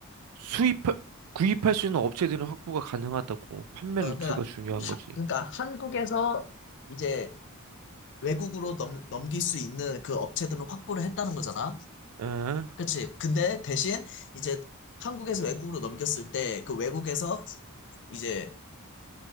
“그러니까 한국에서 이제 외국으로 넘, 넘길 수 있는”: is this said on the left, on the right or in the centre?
Left